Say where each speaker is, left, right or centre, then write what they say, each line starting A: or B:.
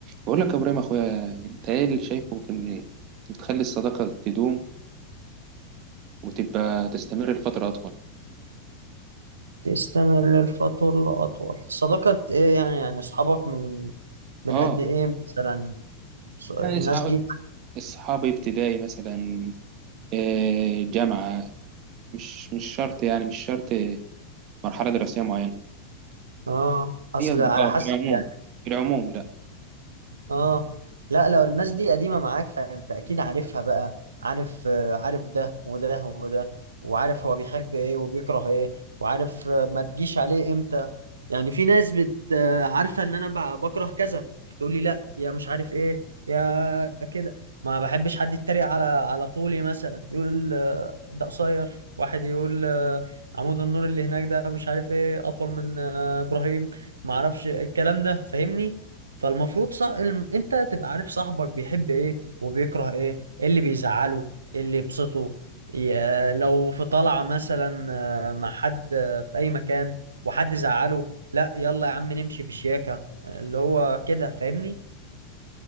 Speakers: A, on the right; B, on the right.
A: بقول لك يا ابراهيم اخويا انت ايه اللي شايفه في ان تخلي الصداقه تدوم وتبقى تستمر لفتره اطول
B: تستمر للفترة لأطول صداقة إيه يعني يعني أصحابك من من
A: اه
B: قد إيه مثلا ص- الناس
A: يعني اصحاب
B: دي
A: اصحاب ابتدائي مثلا آه، جامعه مش مش شرط يعني مش شرط مرحله دراسيه معينه
B: آه أصل
A: هي اصدقاء
B: على حسب
A: في العموم
B: يعني
A: في العموم لا
B: اه لا لو الناس دي قديمة معاك فانت اكيد عارفها بقى عارف آه، عارف ده وده وده وعارف هو بيحب ايه وبيكره ايه وعارف آه، ما تجيش عليه امتى يعني في ناس بت آه، عارفة ان انا ب- بكره كذا تقول لي لا يا مش عارف ايه يا كده ما بحبش حد يتريق على على طولي مثلا يقول آه، ده قصير واحد يقول آه، عمود النور اللي هناك ده مش عارف ايه اطول من آه، ابراهيم ما اعرفش الكلام ده فاهمني فالمفروض صح... الم- انت تبقى عارف صاحبك بيحب ايه وبيكره ايه ايه اللي بيزعله ايه اللي يبسطه ي- لو في طلعة مثلا آه، مع حد آه، في اي مكان وحد زعله لا يلا يا عم نمشي بشياكة آه، اللي هو كده فاهمني